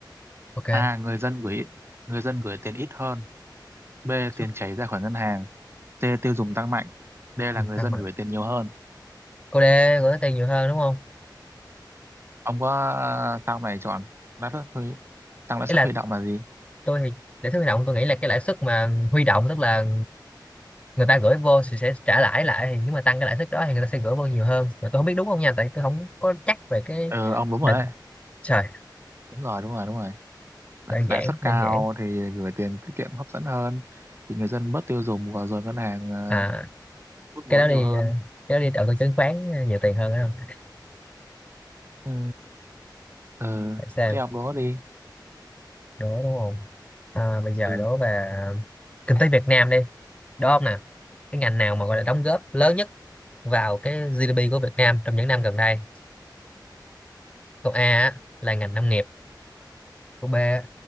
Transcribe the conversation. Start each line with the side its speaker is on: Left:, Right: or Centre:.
Left: ok lãi
Right: a người dân gửi người dân gửi tiền ít hơn b
Left: suất
Right: tiền chảy ra khỏi ngân hàng c tiêu dùng tăng mạnh d
Left: dùng
Right: là người
Left: tăng
Right: dân
Left: mạnh
Right: gửi tiền nhiều hơn
Left: cô D gửi tiền nhiều hơn đúng không
Right: ông có ờ, sao này chọn lãi suất huy tăng lãi
Left: ý
Right: suất
Left: là
Right: huy động là gì
Left: tôi thì lãi suất huy động tôi nghĩ là cái lãi suất mà huy động tức là người ta gửi vô thì sẽ trả lãi lại thì nếu mà tăng cái lãi suất đó thì người ta sẽ gửi vô nhiều hơn mà tôi không biết đúng không nha tại tôi không có chắc về cái
Right: ừ ông đúng rồi
Left: định
Right: đấy
Left: trời
Right: đúng rồi đúng rồi đúng rồi lãi
Left: đơn
Right: lãi
Left: giản
Right: suất cao
Left: đơn giản
Right: thì gửi tiền tiết kiệm hấp dẫn hơn thì người dân bớt tiêu dùng và rồi ngân hàng ờ,
Left: à
Right: hút
Left: cái
Right: vốn
Left: đó
Right: nhiều
Left: đi
Right: hơn
Left: à, cái đó đi đầu tư chứng khoán à, nhiều tiền hơn phải không
Right: ừ. ừ.
Left: để xem
Right: thế học đó đi
Left: đố đúng không à, bây giờ
Right: ừ.
Left: đố về à, kinh tế Việt Nam đi đó không nè cái ngành nào mà gọi là đóng góp lớn nhất vào cái GDP của Việt Nam trong những năm gần đây câu A á, là ngành nông nghiệp câu B á,